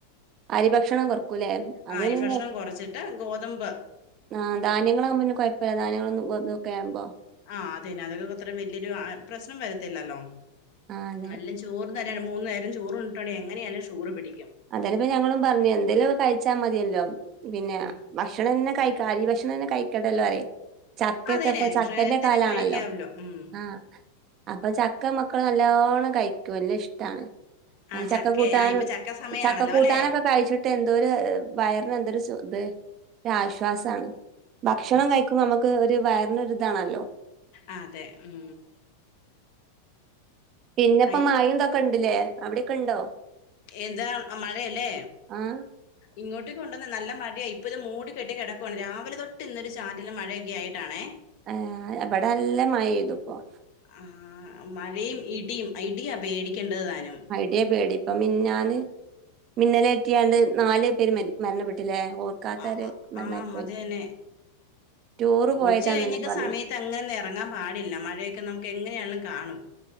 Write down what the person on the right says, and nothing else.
അരി ഭക്ഷണം കുറക്കൂലേ
അതിന്
ആഹ് ധാന്യങ്ങളാകുമ്പോ
പിന്നെ കെഴപ്പമില്ല ധാന്യങ്ങളൊന്നും ഒക്കെ ആകുമ്പോ
ആഹ് അതെ
അതലപ്പൊ ഞങ്ങളും പറഞ്ഞെ എന്തേലും കഴിച്ചാ മതിയല്ലോ പിന്നെ ദക്ഷ്
ഭക്ഷണം തന്നെ കഴി അരി ഭക്ഷണം തന്നെ കഴിക്കട്ടല്ലോ പറയും ചക്കക്കെപ്പൊ
ചക്കന്റെ
കാലാണല്ലോ
ആഹ് അപ്പൊ ചക്ക മക്കള് നല്ലോണം കഴിക്കും അല്ലേ യിട്ടാണ്
ചക്കകൂട്ടാനും
ചക്ക കൂട്ടാനൊക്കെ
കഴിച്ചിട്ട എന്തൊരു വയറിനു എന്തൊരു സു ഇത് ആശ്വാസം ആണ് ഭക്ഷണം കഴി നമുക്ക് ഒരു വയറിന് ഒരുയിതാണല്ലോ
പിന്നെപ്പോ
മായന്തൊക്കെ കണ്ടില്ലേ അവിടെക്കെ ഇണ്ടോ
ആഹ്
ആഹ് ഇവടെ നല്ല മഴ പെയ്തു ഇപ്പം
അതെ പേടി ഇപ്പ മിന്നാന് മിന്നലെ എത്തിയാണ്ട് നാല് പേര് മരണപ്പെട്ടില്ലേ ഓർക്കാത്തൊരു
മരണായിപ്പോയി
ടൂറ് പോയതാന്നല്ലേ
പറഞ്ഞേ